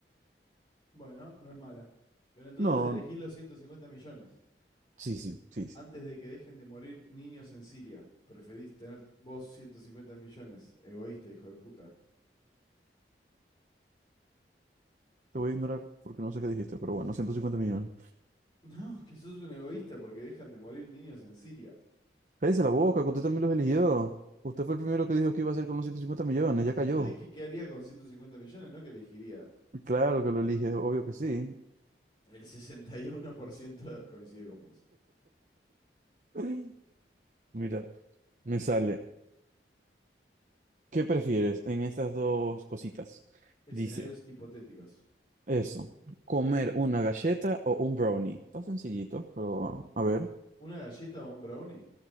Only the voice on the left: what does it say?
Bueno, no es mala. Pero entonces
elegís los 150 millones.
Antes de que dejen de morir niños en Siria, preferís tener vos 150 millones, egoísta, hijo de puta.
No, que sos un egoísta porque dejan de morir niños en Siria.
Sí,
yo dije que haría con 150 millones, no que elegiría.
El 61% coincide con vos.
Escenarios
hipotéticos.
¿Una galleta o un brownie?